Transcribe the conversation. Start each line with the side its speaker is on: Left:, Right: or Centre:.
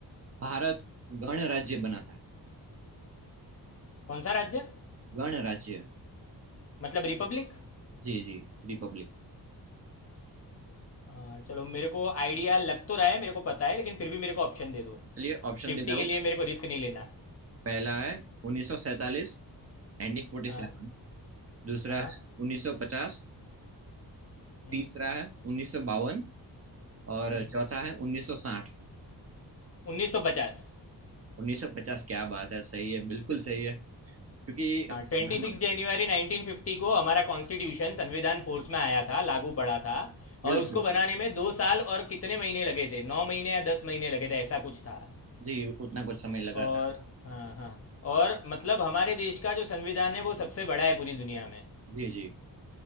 Right: भारत गणराज्य बना था
Left: कौन सा राज्य
Right: गणराज्य
Left: मतलब रिपब्लिक
Right: जी जी रिपब्लिक
Left: आ, चलो मेरे को आइडिया लग तो रहा है मेरे को पता है लेकिन फिर भी मेरे को ऑप्शन दे दो
Right: चलिए ऑप्शन
Left: सेफ्टी
Right: देता हूँ
Left: के लिए मेरे को रिस्क नहीं लेना
Right: पहला है 1947 1947
Left: हाँ
Right: दूसरा
Left: हाँ
Right: है 1950
Left: हम्म
Right: तीसरा है 1952 और
Left: हम्म
Right: चौथा है 1960
Left: उन्नीस सौ पचास
Right: 1950 क्या बात है सही है बिल्कुल सही है क्योंकि अ,
Left: ट्वेंटी
Right: हम-
Left: सिक्स जनवरी 1950 को हमारा कॉन्स्टिट्यूशन संविधान फोर्स में आया था लागू पड़ा था
Right: बिल्कुल
Left: और उसको बनाने
Right: बिल्कुल
Left: में दो साल और कितने महीने लगे थे नौ महीने या दस महीने लगे थे ऐसा कुछ था
Right: जी उतना कुछ समय लगा
Left: और
Right: था
Left: हाँ हाँ और मतलब हमारे देश का जो संविधान है वो सबसे बड़ा है पूरी दुनिया में
Right: जी जी